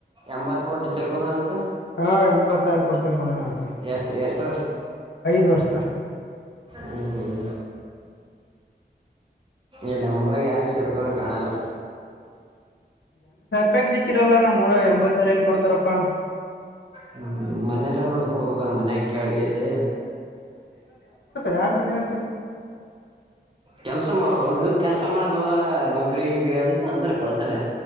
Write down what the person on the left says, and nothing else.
ಹಾ ಎಂಬತ್ ಸಾವಿರ ಕೊಡ್ಸರ್ಕೊಂಡಣ ಅಂತ
ಐದ ವರ್ಷ
ಪಕ್ ದಿಕ್ಕಿರಲ್ಲ ನಮ್ಮ್ ಊರಾಗ ಎಂಬತ್ತ ಸಾವಿರ ಎಲ್ಲಿ ಕೊಡ್ತಾರಪ್ಪಾ
ಯಾರ ಮನ್ಯಾಯಾಗ